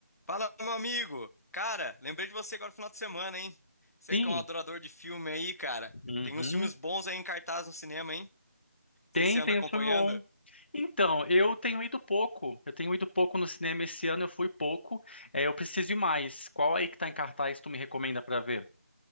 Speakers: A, on the left; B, on the left.
A: Fala, meu amigo! Cara, lembrei de você agora no final de semana, hein? Você
B: Sim,
A: que é um adorador de filme aí, cara.
B: uhum.
A: Tem uns filmes bons aí em cartaz no cinema, hein? Não sei
B: Tem,
A: se você anda
B: tem
A: acompanhando.
B: um filme bom. Então, eu tenho ido pouco. Eu tenho ido pouco no cinema esse ano, eu fui pouco. É, eu preciso ir mais. Qual aí que tá em cartaz tu me recomenda pra ver?